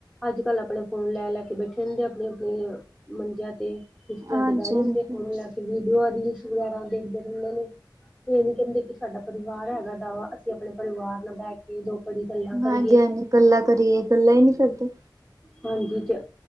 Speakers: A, in the centre; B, on the right.
A: ਅੱਜ- ਕੱਲ ਆਪਣੇ ਫੋਨ ਲੈ-ਲੈ ਕੇ ਬੈਠੇ ਰਹਿੰਦੇ, ਆਪਣੀ-ਆਪਣੀ ਮੰਜਿਆਂ ਤੇ, ਬਿਸਤਰਿਆ
B: ਹਾਂਜੀ
A: ਤੇ ਬਹਿ ਜਾਂਦੇ
B: ਹਾਂਜੀ
A: ਫੋਨ ਲੈ ਕੇ ਵੀਡੀਓ ਰੀਲਸ ਵਗੈਰਾ ਦੇਖਦੇ ਰਹਿੰਦੇ ਨੇ, ਇਹ ਨੀ ਕਹਿੰਦੇ ਕਿ ਸਾਡਾ ਪਰਿਵਾਰ ਹੈਗਾ ਦਾ ਵਾ। ਕੀ ਆਪਣੇ ਪਰਿਵਾਰ ਨਾਲ ਬਹਿ ਕੇ, ਦੋ-ਘੜੀ ਦੀ ਗੱਲਾਂ ਕਰੀਏ।
B: ਹਾਂਜੀ ਹਾਂਜੀ ਗੱਲਾਂ ਕਰੀਏ, ਗੱਲਾਂ ਨਹੀ ਕਰਦੇ।
A: ਹਾਂਜੀ ਤੇ,